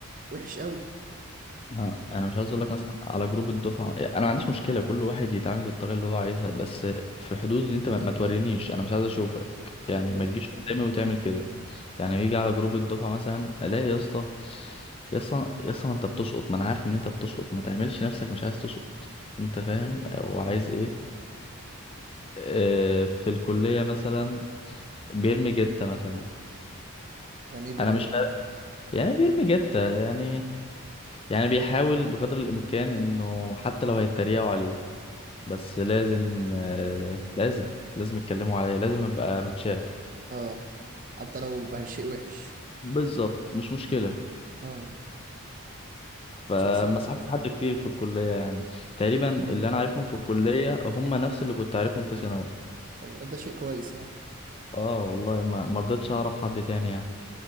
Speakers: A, on the right (about 35°); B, on the left (about 25°).
A: وحش قوي
B: آه، انا مش عايز اقول لك مثلا على جروب الدفعه انا ما عنديش مشكله كل واحد يتعامل بالطريقه اللي هو عايزها بس في حدود ان انت ما ما تورينيش انا مش عايز اشوفك
A: بالظبط
B: يعني ما تجيش قدامي وتعمل كده يعني يجي على جروب الدفعه مثلا الاقي يا اسطى يا اسطى يا اسطى ما انت بتشقط ما انا عارف ان انت بتشقط ما تعملش نفسك مش عايز تشقط انت فاهم وعايز
A: مم.
B: ايه آه، في الكليه مثلا بيرمي جته مثلا
A: يعني ايه بيرمي
B: انا مش
A: جد
B: فارق- يعني بيرمي جته يعني يعني بيحاول بقدر الامكان انه حتى لو هيتريقوا عليه بس لازم آه، لازم لازم يتكلموا عليا لازم ابقى متشاف
A: اه حتى لو بقى شيء وحش
B: بالظبط مش مشكلة
A: اه
B: فما
A: شيء سيء جدا
B: صاحبتش حد كتير في الكلية يعني تقريبا اللي انا عارفهم في الكلية هم نفس اللي كنت عارفهم في ثانوي
A: طب ده شيء كويس يعني
B: اه والله ما ما رضيتش اعرف حد تاني يعني